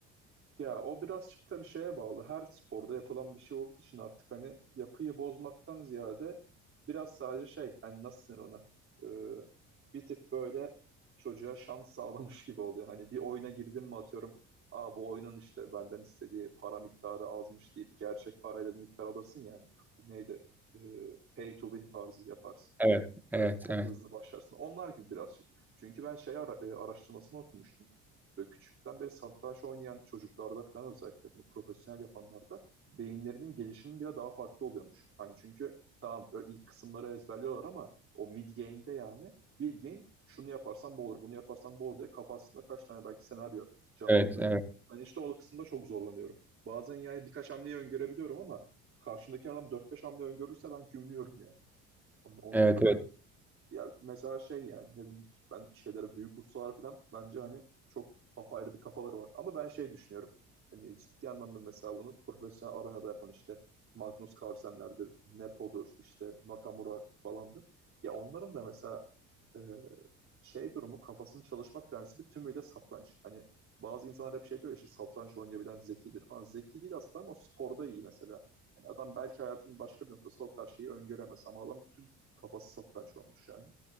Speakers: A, on the right; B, in the centre.
A: Ya o birazcık da bir şeye bağlı. Her sporda yapılan bir şey olduğu için artık hani yapıyı bozmaktan ziyade biraz sadece şey hani nasıl denir ona Ee, bir tık böyle çocuğa şans sağlamış gibi oluyor. Hani bir oyuna girdim mi atıyorum Aa, bu oyunun işte benden istediği para miktarı azmış deyip gerçek parayla bir miktar alırsın yani neydi Ee, pay to win tarzı yaparsın
B: Evet, evet,
A: e, ko-
B: evet,
A: hızlı başlarsın. Onlar gibi birazcık. Çünkü ben şey ara- e, araştırmasını okumuştum. Böyle küçükten beri satranç oynayan çocuklarda falan özellikle bunu profesyonel yapanlarda beyinlerinin gelişimi bile daha farklı oluyormuş. Hani çünkü tamam ö- ilk kısımları ezberliyorlar ama o mid game'de yani bildiğin şunu yaparsan bu olur, bunu yaparsan bu olur diye kafasında kaç tane belki senaryo canlandırıyor.
B: evet, evet,
A: Ben işte o kısımda çok zorlanıyorum. Bazen yani birkaç hamleyi öngörebiliyorum ama karşımdaki adam dört beş hamle öngörürse ben gümlüyorum yani. Hani o
B: evet,
A: noktada
B: evet.
A: ya mesela şey yani ne denir? Ben şeylere büyük ustalar falan bence hani çok apayrı bir kafaları var. Ama ben şey düşünüyorum. Hani ciddi anlamda mesela bunu profesyonel arenada yapan işte Magnus Carlsen'lerdir, Nepo'dur, işte Nakamura falandır. Ya onların da mesela e, şey durumu kafasının çalışma prensibi tümüyle satranç. Hani bazı insanlar hep şey diyor ya işte satranç oynayabilen zekidir falan. Zeki değil aslında ama o sporda iyi mesela. Hani adam belki hayatının başka bir noktasında o karşıyı öngöremez ama adam bütün kafası satranç olmuş yani.